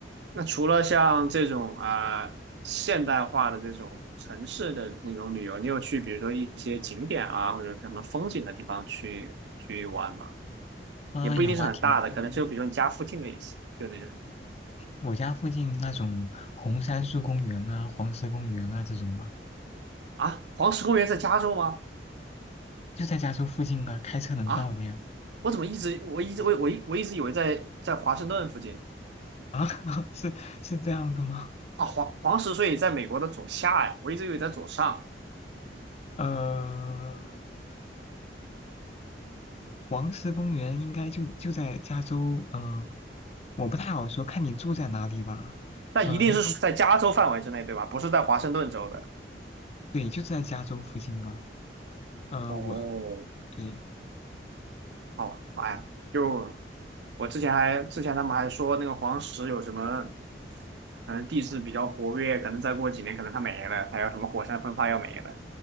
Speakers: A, on the right; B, on the left.
A: 那除了像这种啊、呃现代化的这种城市的那种旅游，你有去比如说一些景点啊，或者什么风景的地方去去玩吗？
B: 啊、
A: 也不一定是很大的，
B: 有啊，挺多的呀。
A: 可能就比如说你家附近的也行，就那种
B: 我家附近那种红杉树公园啊、黄石公园啊这种嘛，
A: 啊，黄石公园在加州吗？
B: 就在加州附近啊，开车能到的呀。
A: 啊，我怎么一直我一直我我一我一直以为在在华盛顿附近
B: 啊，<laughs> 是是这样的吗？
A: 啊，黄黄石所以在美国的左下呀，我一直以为在左上，
B: 嗯，黄石公园应该就就在加州，嗯、我不太好说，看你住在哪里吧。
A: 但一定是在加州范围之内对吧？
B: 嗯，如果
A: 不是在华盛顿州的。
B: 对，就在加州附近啊。呃，
A: 哦，
B: 我对，
A: 好，哎呀。就我之前还之前他们还说那个黄石有什么，可能地质比较活跃，可能再过几年可能它没了，它要什么火山喷发要没了